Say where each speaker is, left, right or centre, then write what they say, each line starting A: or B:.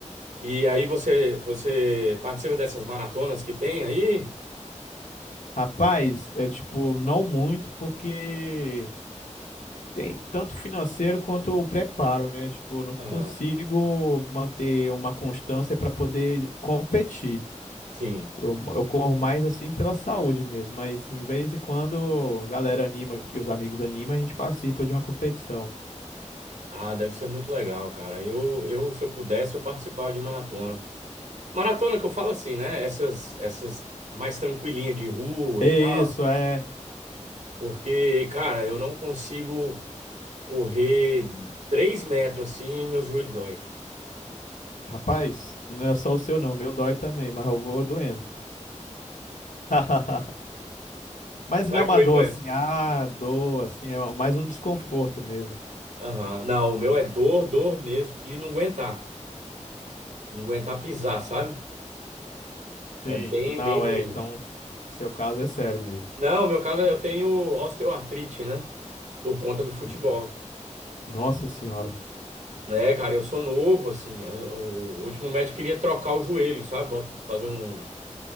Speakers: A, on the right (about 70°); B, on the left (about 80°).
A: E aí você, você participa dessas maratonas que tem aí?
B: Rapaz, é tipo, não muito, porque tem tanto financeiro quanto o preparo, né? Tipo, eu não
A: Ah,
B: consigo manter uma constância para poder competir.
A: sim.
B: Eu, eu corro mais assim pela saúde mesmo, mas em vez de quando a galera anima, que os amigos animam, a gente participa de uma competição.
A: Ah, deve ser muito legal, cara. Eu, eu, se eu pudesse, eu participava de maratona. Maratona que eu falo assim, né? Essas, essas mais tranquilinha de rua
B: É
A: e tal.
B: isso, é.
A: Porque, cara, eu não consigo correr 3 metros assim, meus joelhos dói, cara.
B: Rapaz, não é só o seu não, o meu dói também, mas eu vou doendo. <laughs> Mas
A: Vai
B: não é uma
A: correr,
B: dor assim, ah, dor, assim, é mais um desconforto mesmo.
A: Aham. Não, o meu é dor, dor mesmo, de não aguentar. Não aguentar pisar, sabe? É
B: Sim,
A: bem,
B: e não
A: bem
B: é,
A: ruim.
B: então, seu caso é sério mesmo.
A: Não, no meu caso eu tenho osteoartrite, né? Por conta do futebol.
B: N- Nossa senhora,
A: É, cara, eu sou novo, assim. eu- o último médico queria trocar o joelho, sabe? Bota- Fazer um.